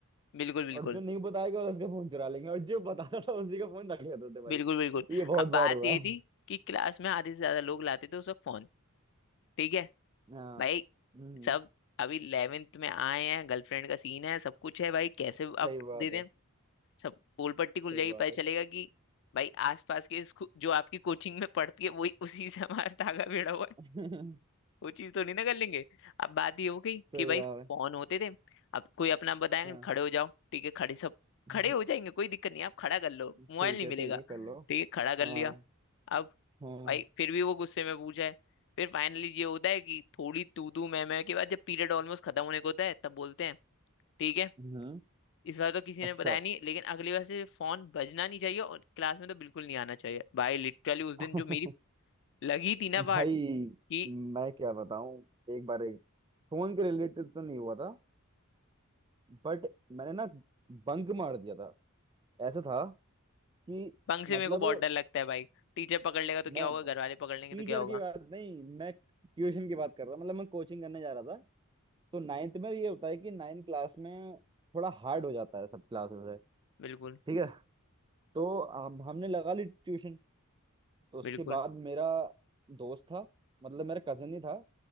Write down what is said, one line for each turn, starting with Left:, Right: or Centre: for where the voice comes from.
Left: बिल्कुल बिल्कुल
Right: और जो नहीं बताएगा उसका फोन चुरा लेंगे और जो बताता था उसी का फोन रख लेते थे भाई
Left: बिल्कुल बिल्कुल
Right: ये बहुत
Left: अब
Right: बार
Left: बात
Right: हुआ
Left: ये
Right: है
Left: थी कि क्लास में आधे से ज्यादा लोग लाते थे उस वक्त फोन ठीक है
Right: हाँ
Left: भाई
Right: हम्म
Left: सब अभी 11th में आए हैं गर्लफ्रेंड का सीन है सब कुछ है भाई कैसे
Right: सही
Left: अब
Right: बात
Left: दे दें
Right: है
Left: सब पोल पट्टी खुल
Right: सही
Left: जाएगी
Right: बात
Left: पता
Right: है
Left: चलेगा कि भाई आसपास के स्कू- जो आपकी कोचिंग में पढ़ती है वही उसी से हमारा धागा भिड़ा हुआ है
Right: <laughs>
Left: वो चीज तो नहीं ना कर लेंगे अब बात ये हो गई
Right: सही
Left: कि भाई
Right: बात है
Left: फोन होते थे अब कोई अपना बताएंगे
Right: हाँ
Left: खड़े हो जाओ ठीक है खड़े सब
Right: <laughs>
Left: खड़े हो जाएंगे कोई दिक्कत नहीं आप खड़ा कर लो
Right: ठीक
Left: मोबाइल नहीं
Right: है
Left: मिलेगा
Right: ठीक है कर
Left: ठीक
Right: लो
Left: है खड़ा कर
Right: हाँ
Left: लिया अब
Right: हम्म
Left: भाई फिर भी वो गुस्से में पूछा है फिर फाइनली ये होता है कि थोड़ी तू तू मैं मैं के बाद जब पीरियड ऑलमोस्ट खत्म होने को होता है तब बोलते हैं ठीक है
Right: हम्म,
Left: इस बार तो किसी
Right: अच्छा
Left: ने बताया नहीं लेकिन अगली बार से फोन बजना नहीं चाहिए और क्लास में तो बिल्कुल नहीं आना चाहिए भाई लिटरली उस दिन
Right: <laughs>
Left: जो मेरी लगी थी ना बाट
Right: भाई
Left: कि
Right: मैं क्या बताऊं एक बार एक फोन के रिलेटेड तो नहीं हुआ था बट मैंने ना बंक मार दिया था ऐसा था कि
Left: पंख से
Right: मतलब
Left: मेरे को बहुत डर लगता है भाई टीचर पकड़ लेगा तो क्या
Right: मैं
Left: होगा घर वाले पकड़ लेंगे
Right: टीचर
Left: तो क्या होगा
Right: की बात नहीं मैं ट्यूशन की बात कर रहा हूं मतलब मैं कोचिंग करने जा रहा था तो नाइन्थ में ये होता है कि नाइन्थ क्लास में थोड़ा हार्ड हो जाता है सब क्लासेस है
Left: बिल्कुल
Right: ठीक है तो हम हमने लगा ली ट्यूशन तो उसके
Left: बिल्कुल
Right: बाद मेरा दोस्त था मतलब मेरा कजन ही था